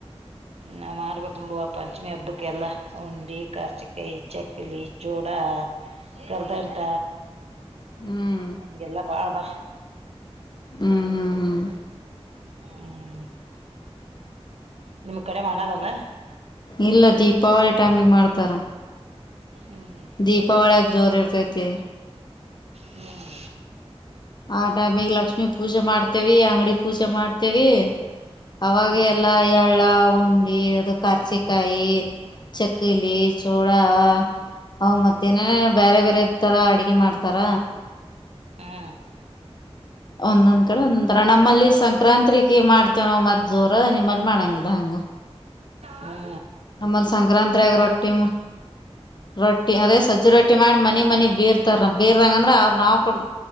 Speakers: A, on the right; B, on the left.
A: ನಾವು ಮಾಡ್ಬೇಕು ನೋಡ ಆ ಪಂಚಮಿ ಹಬ್ಬಕ್ಕೆಲ್ಲ ಉಂಡೆ ಕರ್ಚಿಕಾಯಿ ಚಕ್ಕಲಿ ಚೂಡ ಕರ್ದಟ
B: ಹ್ಮ್
A: ಹಗೆಲ್ಲಾ ಬಾಳ್ದ
B: ಹ್ಮ್ ಹ್ಮ್ ಹ್ಮ್
A: ಹ್ಮ್ ನಿಮ್ ಕಡೆ ಮಾಡಲ್ಲಲ್ಲ
B: ಇಲ್ಲ ದೀಪಾವಳಿ ಟೈಮಿಂಗ ಮಾಡ್ತಾರ
A: ಹ್ಮ್
B: ದೀಪಾವಳಿಯಾಗ ಜೋರ್ ಇರ್ತೈತಿ
A: ಹ್ಮ್
B: ಆ ಟೈಮಿಗೆ ಲಕ್ಷ್ಮಿ ಪೂಜೆ ಮಾಡ್ತೇವಿ ಅಂಗಡಿ ಪೂಜೆ ಮಾಡ್ತೇವಿ ಅವಾಗ
A: ಹ್ಮ್
B: ಎಲ್ಲ ಎಳ್ಳ ಉಂಡಿ ಅದು ರ್ಚಿಕಾಯಿ ಚಕ್ಕಲಿ ಚೂಡಾ ಹ್ ಮತ್ತೇನ ಬೇರೆ ಬೇರೆ ತರ ಅಡ್ಗೆ ಮಾಡ್ತಾರ
A: ಹಾ
B: ಒಂದೊಂದ್ ಕಡೆ ಒಂದೊಂದರ ನಮ್ಮಲ್ಲಿ ಸಂಕ್ರಾಂತ ಮಾಡ್ ಇ ನ್ ಮತ್ ಜೋರ ನಿಮ್ಮಲ್ಲಿ ಮಾಡಂಗಿದ ಹಂಗ
A: ಹ
B: ನಮಲ್ ಸಂಕ್ರಾಂತರಗ ರೊಟ್ಟಿ ರೊಟ್ಟಿ ಅದೇ ಸಜ್ಜಿ ರೊಟ್ಟಿ ಮಾಡಿ ಮ ಮನ ಮನೆ ಬೀರ್ತಾರ ಬರ್ಂಗಂದ್ರ ಅವ್ರ ನಾವು ಕೊಡ